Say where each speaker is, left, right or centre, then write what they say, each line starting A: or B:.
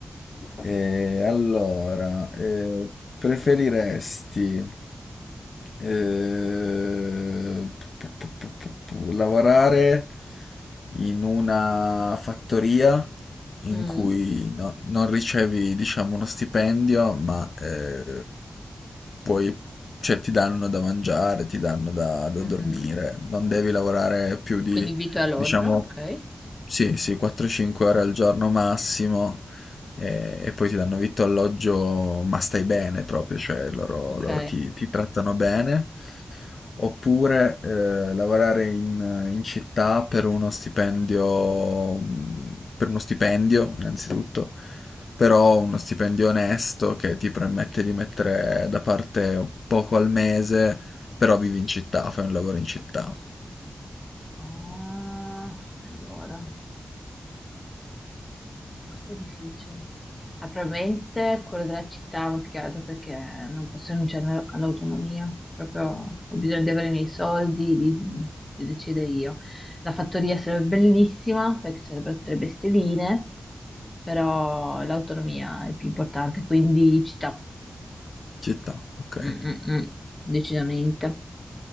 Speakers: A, on the left (about 75°); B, on the left (about 25°).
A: E allora, eh, preferiresti eh, p- p- p- p- p- lavorare in una fattoria in
B: Mm,
A: cui no- non ricevi, diciamo, uno stipendio, ma eh, puoi, cioè, ti danno da mangiare, ti danno da, da
B: mhm.
A: dormire, non devi lavorare più di,
B: Quindi vitto e alloggio,
A: diciamo,
B: ok.
A: sì, sì, 4-5 ore al giorno massimo e, e poi ti danno vitto alloggio, ma stai bene proprio, cioè loro,
B: Ok.
A: loro ti, ti trattano bene. Oppure eh, lavorare in, in città per uno stipendio, per uno stipendio innanzitutto, però uno stipendio onesto che ti permette di mettere da parte poco al mese, però vivi in città, fai un lavoro in città.
B: Ah, allora. Questo è difficile. Ah, probabilmente quello della città, ma più che altro perché non posso rinunciare all'autonomia. Proprio ho bisogno di avere i miei soldi, di, di decidere io. La fattoria sarebbe bellissima perché sarebbero tre bestialine, però l'autonomia è più importante, quindi città,
A: Città, ok.
B: Mm, mm, mm, decisamente.